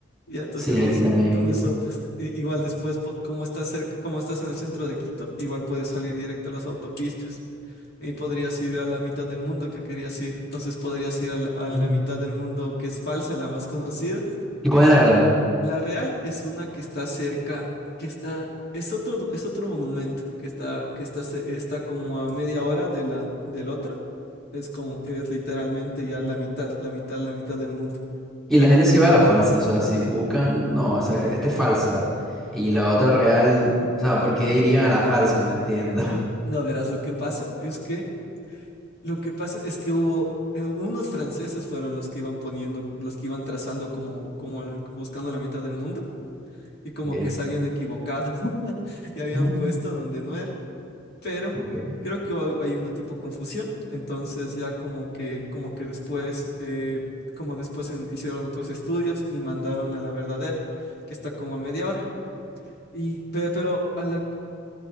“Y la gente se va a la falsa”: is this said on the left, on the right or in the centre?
Centre